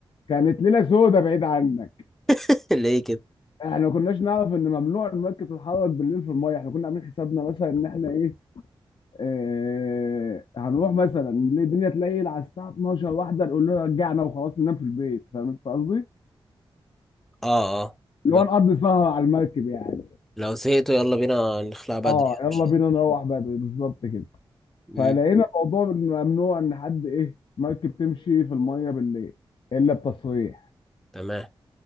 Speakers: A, on the left (about 60°); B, in the centre.
A: كانت ليله سودة بعيد عنك
B: <laughs> ليه كده
A: احنا ما كناش نعرف ان ممنوع المركب تتحرك بالليل في المايه احنا كنا عاملين حسابنا مثلا ان احنا ايه آه، هنروح مثلا الدنيا تليل على الساعه 12 واحده نقول له رجعنا وخلاص ننام في البيت فاهم انت قصدي؟
B: اه اه
A: اللي
B: م-
A: هو نقضي سهره على المركب يعني
B: لو زهقتوا يلا بينا نخلع بدري
A: اه
B: يعني
A: يلا
B: مش
A: بينا نروح بدري بالظبط كده
B: امم
A: فلقينا الموضوع ممنوع ان حد ايه مركب تمشي في الميه بالليل الا بتصريح
B: تمام